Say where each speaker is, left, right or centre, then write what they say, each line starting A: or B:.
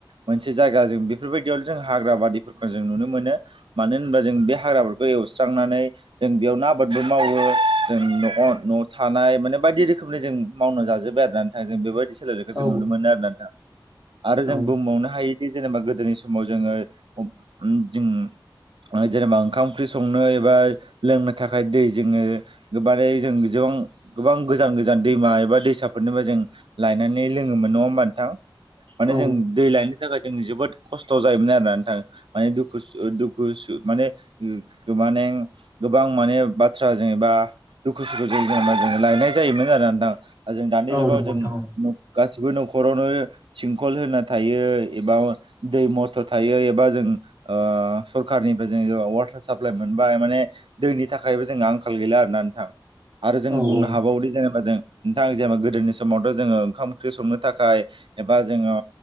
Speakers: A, on the right; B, on the right.
A: मोनसे जायगा जों बेफोरबायदियाव फोरजों हाग्रा बारिफोरखौ जों नुनो मोनो मानो होनोबा जों बे हाग्राफोरखौ एवस्रांनानै जों बेयाव फुना आबादबो मावो जों न नआव थानाय माने। बायदि रोखोमनि जों मावना जाजोब्बाय आरो नोंथां जों बेबायदि सोलायनायखौ
B: औ
A: जों नुनो मोनो आरो नोंथां आरो जों
B: औ
A: बुंबावनो हायो। बे जेनेबा गोदोनि समाव जोङो अ उम जों। जेनेबा ओंखाम ओंख्रि संनो एबा लोंनो थाखाय दै जोङो गोबारै जों जौ गोबां गोबां गोजान गोजान दैमा एबा दैसाफोरनिबा जों लायनानै लोङोमोन नङा होमबा नोंथां? माने
B: औ
A: जों दै लायनो थाखाय जों जोबोद खस्थ जायोमोन आरोना नोंथा माने दुखु दुखु सु माने माने गोबां माने बाथ्रा जेनेबा दुखु सुखुजों जेनेबा जों। लायनाय जायोमोन आरो नोंथां जों दानि
B: औ
A: जुगाव
B: नंगौ
A: जों
B: नोंथां
A: गासिबो नख खरावनो थिंखल होना थायो एबा दै मथर थायो एबा जों ओ सरखारनिफ्राय जों वाटार साप्लाइ मोनबाय माने दैनि थाखायबो जोंहा आंखाल गैला आरो ना नोंथां। आरो जों
B: औ
A: बुंनो
B: औ
A: हाबावोदि जेनेबा जों नोंथां जेनेबा गोदोनि समावथ जोङो ओंखाम ओंख्रि संनो थाखाय एबा जोङो